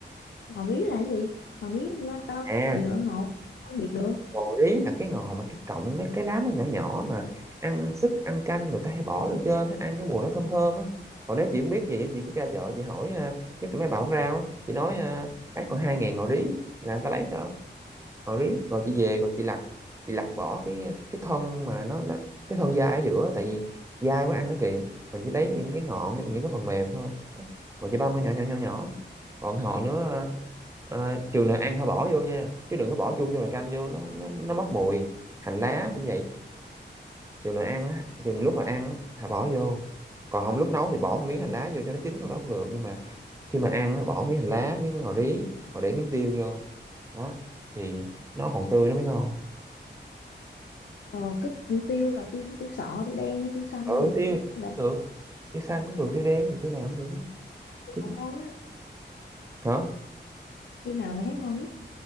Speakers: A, on the left; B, on the right.
A: Ngò gí là cái gì? Ngò gí nó tao
B: à
A: nhiều loại ngọt không biết được.
B: ngò rí là cái ngò mà cái cọng cái cái lá nó nhỏ nhỏ mà ăn ăn súp ăn canh người ta hay bỏ lên trên á, ăn cái mùi nó thơm thơm á còn nếu chị không biết gì á, chị cứ ra chợ chị hỏi à, nhất là mấy bà bán rau á, chị nói à, bán còn hai ngàn ngò rí là người ta lấy cho rồi rồi chị về rồi chị lặt chị lặt bỏ cái cái thân mà nó, nó cái thân dai ở giữa tại vì dai quá ăn nó kỳ mình chỉ lấy những cái ngọn hay là những cái phần mềm thôi đó. rồi chị băm ra nhỏ nhỏ nhỏ nhỏ còn hòn nữa ờ, trường nào ăn hả bỏ vô nha chứ đừng có bỏ chung vô nồi canh vô nó nó, nó mất mùi hành lá cũng vậy trường nào ăn á, trường lúc mà ăn á, hả bỏ vô còn không lúc nấu thì bỏ một miếng hành lá vô cho nó chín trong đó cũng được nhưng mà khi mà ăn nó bỏ miếng hành lá miếng ngò rí rồi để miếng tiêu vô đó thì nó còn tươi nó mới ngon
A: Ờ cái tiêu là tiêu tiêu sọ, tiêu đen hay tiêu xanh
B: ừ
A: gì
B: tiêu
A: là
B: cũng được tiêu xanh cũng được tiêu đen cũng được tiêu nào cũng được
A: tiêu
B: Cứ
A: nào
B: tiêu-
A: ngon á.
B: hả
A: Tiêu nào mày thấy ngon nhất?